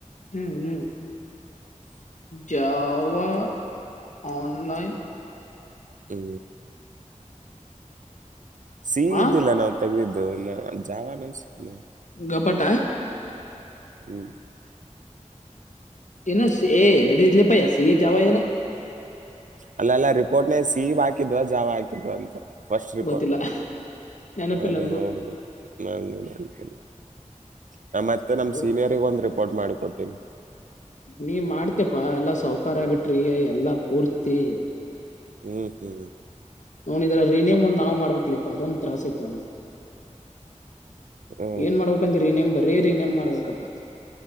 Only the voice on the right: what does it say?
ಹೂ ಸಿಹಿ
ಇದ್ದೀಲೇನು ತಗ್ದಿದ್ದು ನ ಜಾವ ನ ಸಿಲ್ಲ
<unintelligible>
ಅಲ್ಲೆಲ್ಲಾ ರಿಪೋರ್ಟ್ನ ಸೀಹಿ ಹಾಕಿದ್ವ ಜಾವ ಹಾಕಿದ್ವ ಅಂತಾ ಫಸ್ಟ್ ರಿಪೋರ್ಟ
ಅದೇ
ನೋಡ್ಬು ನಾನ ನೋಡಿರ್ಕಿಲ್ ನ ಮತ್ತೆ ನಮ
ಸೀನಿಯರಿ ಒಂದು ರಿಪೋರ್ಟ್ ಮಾಡ್ಕೊಟ್ಟೀನಿ
ಹ್ಮ
ಹ್ಮ್